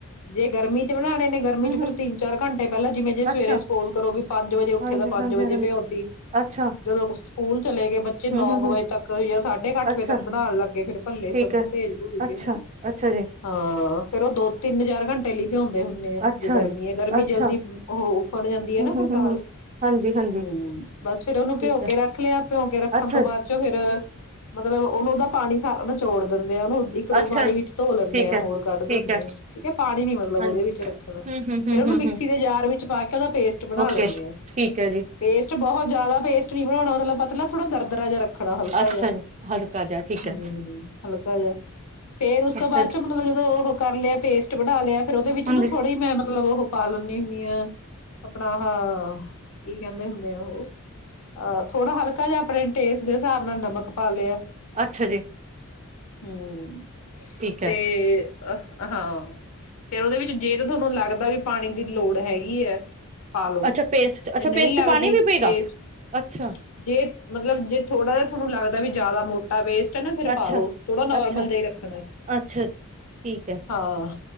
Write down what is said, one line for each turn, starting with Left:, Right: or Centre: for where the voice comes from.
Left: ਜੇ ਗਰਮੀ ਚ ਬਣਾਉਣੇ ਨੇ ਗਰਮੀ
Right: ਹਮ
Left: ਚ ਫੇਿਰ
Right: ਹਮ
Left: ਤਿੰਨ ਚਾਰ ਘੰਟੇ ਪਹਿਲਾਂ ਜਿਵੇਂ ਜੇ ਸਵੇਰੇ
Right: ਅੱਛਾ
Left: ਸਪੋਜ ਕਰੋ ਵੀ ਪੰਜ ਵਜੇ ਉੱਠੇ
Right: ਹਾਂਜੀ
Left: ਤਾਂ ਪੰਜ
Right: ਹਾਂਜੀ
Left: ਵਜੇ
Right: ਹਾਂਜੀ
Left: ਭਿਓਤੀ
Right: ਅੱਛਾ
Left: ਜਦੋਂ ਸਕੂਲ ਚਲੇ ਗਏ ਬੱਚੇ ਨੌ
Right: ਹਮ ਹਮ
Left: ਕੁ
Right: ਹਮ
Left: ਵਜੇ ਤੱਕ ਜਾਂ ਸਾਢੇ ਕੁ ਅੱਠ
Right: ਅੱਛਾ
Left: ਵਜੇ ਤੱਕ ਬਣਾਉਣ ਲੱਗੇ ਫਿਰ ਭੱਲੇ
Right: ਠੀਕ
Left: ਸਭ
Right: ਹੈ
Left: ਨੂੰ ਭੇਜ ਭੂਜ
Right: ਅੱਛਾ
Left: ਕੇ ਹਨਾ
Right: ਅੱਛਾ ਜੀ
Left: ਹਾਂ ਫੇਰ ਉਹ ਦੋ ਤਿੰਨ ਚਾਰ ਘੰਟੇ ਲਈ ਭਿਉਂਦੇ ਹੁੰਦੇ ਆ
Right: ਅੱਛਾ
Left: ਜੇ ਗਰਮੀ
Right: ਜੀ
Left: ਹੈ ਗਰਮੀ
Right: ਅੱਛਾ
Left: ਜਲਦੀ ਉਹ ਉ ਫਣ ਜ ਹੈ
Right: ਹਮ
Left: ਨਾ ਫਿਰ
Right: ਹਮ ਹਮ
Left: ਦਾਲ
Right: ਹਮ ਹਾਂਜੀ ਹਾਂਜੀ
Left: ਹਮ ਬਸ ਫੇਿਰ ਉਹਨੂੰ
Right: ਠੀਕ
Left: ਭਿਉ
Right: ਹੈ
Left: ਕੇ ਰੱਖ ਲਿਆ ਭਿਉ ਕੇ ਰੱਖਣ
Right: ਅੱਛਾ
Left: ਤੋਂ ਬਾਅਦ ਚੋਂ ਫੇਿਰ ਮਤਲਬ ਉਹਨੂੰ ਉਹਦਾ ਪਾਣੀ ਸਾਰ ਚੋੜ ਦ ਉਹਨੂੰ ਇੱਕ ਦੋ
Right: ਅੱਛਾ
Left: ਪਾਣੀ ਵਿੱਚ ਧੋ ਲੈਂਦੇ
Right: ਠੀਕ
Left: ਆ
Right: ਹੈ
Left: ਹੋਰ ਕੱਢ
Right: ਠੀਕ
Left: ਦਿੰਦੇ
Right: ਹੈ
Left: ਆ ਠੀਕ ਹੈ ਪਾਣੀ ਨੀ ਮਤਲਬ
Right: ਹਾਂਜੀ
Left: ਉਹਦੇ ਵਿੱਚ ਰੱਖਣਾ
Right: ਹਮ ਹਮ ਹਮ
Left: ਫੇਰ ਉਹਨੂੰ
Right: ਹਮ
Left: ਏਕ ਦੋ ਪਾਨੀ ਵਿਚ ਧੋ ਲੈਣੇ ਆ ਹੋਰ ਕਡ ਲੈਂਦੇ ਆ। ਪਾਨੀ ਨਹੀਂ ਰੱਖਣਾ ਮਿਕਸੀ
Right: ਹਮ
Left: ਦੇ ਜਾਰ ਵਿੱਚ ਪਾ ਕੇ ਉਹਦਾ ਪੇਸਟ ਬਣਾ
Right: ਓਕੇ
Left: ਲੈਂਦੇ ਆ
Right: ਠੀਕ ਹੈ ਜੀ
Left: ਪੇਸਟ ਬਹੁਤ ਜਿਆਦਾ ਪੇਸਟ ਨੀ ਬਣਾਉਣਾ ਮਤਲਬ ਪਤਲਾ ਥੋੜਾ ਦਰਦਰਾ ਜਿਹਾ ਰੱਖਣਾ ਹਲਕਾ
Right: ਅੱਛਾ
Left: ਜਹਾ
Right: ਜੀ ਹਲਕਾ ਜਿਹਾ ਠੀਕ ਹੈ
Left: ਹਮ ਹਲਕਾ ਜਿਹਾ ਫੇਰ ਉਸ ਤੋਂ
Right: ਅੱਛਾ
Left: ਬਾਅਦ
Right: ਜੀ
Left: ਚੋਂ ਮਤਲਬ ਜਦੋਂ ਉਹ ਕਰ ਲਿਆ ਪੇਸਟ ਬਣਾ ਲਿਆ ਫੇਰ ਉਹਦੇ ਵਿੱਚ
Right: ਹਾਂਜੀ
Left: ਨਾ ਥੋੜੀ ਮਤਲਬ ਉਹ ਪਾ ਲੈਂਣੀ ਹੁੰਦੀ ਆ ਆਪਣਾ ਹਹ ਕੀ ਕਹਿੰਦੇ ਹੁੰਦੇ ਆ ਉਹ ਅਹ ਥੋੜਾ ਹਲਕਾ ਜਿਹਾ ਆਪਣੇ ਟੇਸਟ ਦੇ ਹਿਸਾਬ ਨਾਲ ਨਮਕ ਪਾ ਲਿਆ
Right: ਅੱਛਾ ਜੀ
Left: ਹਾਂ
Right: ਠੀਕ
Left: ਤੇ
Right: ਹੈ
Left: ਅ ਹਾਂ ਫੇਰ ਉਹਦੇ ਵਿੱਚ ਜੇ ਤਾਂ ਤੁਹਾਨੂੰ ਲੱਗਦਾ ਵੀ ਪਾਣੀ ਦੀ ਲੋੜ ਹੈਗੀ ਹੈ ਪਾ ਲੋ
Right: ਅੱਛਾ ਪੇਸਟ ਅੱਛਾ
Left: ਜੇ ਨਹੀਂ
Right: ਪੇਸਟ
Left: ਲੱਗਦੀ
Right: ਚ ਪਾਣੀ ਵੀ ਪਏਗਾ
Left: ਪੇਸਟ
Right: ਅੱਛਾ
Left: ਜੇ ਮਤਲਬ ਜੇ ਥੋੜਾ ਜਿਹਾ ਤੁਹਾਨੂੰ ਲੱਗਦਾ ਦਾ ਵੀ ਜ਼ਿਆਦਾ ਮੋਟਾ ਵੇਸਟ
Right: ਅੱਛਾ
Left: ਪਾਾਲੋ ਥੋੜਾ ਨੋਰਮਲ
Right: ਅੱਛਾ
Left: ਜਿ ਹੀ ਰੱਖਣਾ
Right: ਅੱਛਾ ਠੀਕ ਹੈ
Left: ਹਾਂ